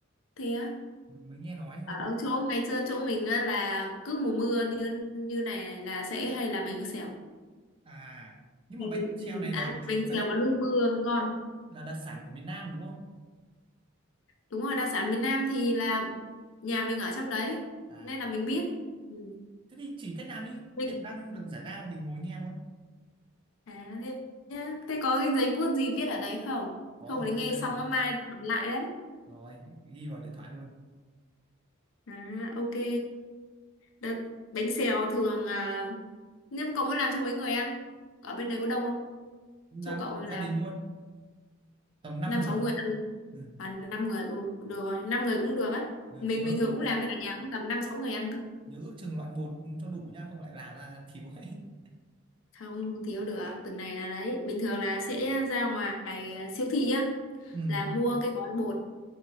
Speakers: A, on the left (about 70°); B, on the right (about 25°).
A: thế á.
B: Ừ, Mới nghe nói thôi.
A: Ở chỗ ngày xưa chỗ mình á là cứ mùa mưa như như này, này là sẽ hay làm bánh xèo.
B: À, nhưng
A: Ừ,
B: mà bánh
A: ừ,
B: xèo này
A: ăn
B: là chuyên
A: bánh
B: đặc,
A: xèo vào lúc mưa ngon.
B: là đặc sản của miền Nam đúng không?
A: Đúng rồi, đặc sản miền Nam thì là nhà mình ở trong đấy
B: À,
A: nên là mình biết. Ừ.
B: thế thì chỉ cách làm đi.
A: Mình
B: Tiện đang được giải lao thì ngồi nghe luôn.
A: À, thế, thế có cái giấy bút gì viết ở đấy không?
B: Có
A: Không
B: rồi,
A: thì nghe
B: đây
A: xong
B: rồi.
A: á, mai hỏi lại đấy.
B: Rồi, ghi vào điện thoại luôn.
A: À, ok. Đợt bánh xèo thường à, nếu cậu muốn làm cho mấy người ăn, ở bên đấy có đông không?
B: Làm
A: Chỗ cậu
B: cho cả
A: làm
B: gia đình luôn. Tầm 5
A: năm
B: người.
A: sáu người
B: Ừ,
A: ăn, à, năm người ừ, được rồi, năm người cũng được á.
B: ừ,
A: Mình
B: nhớ
A: bình thường
B: ước
A: cũng làm cho cả nhà cũng tầm năm sáu người ăn cơ.
B: nhớ ước chừng loại một cho đủ nhá không lại làm ra thiếu ấy <laughs>
A: Không, không thiếu được. Từng này là đấy, bình thường là sẽ ra ngoài à, siêu thị á
B: ừ
A: là mua cái gói bột,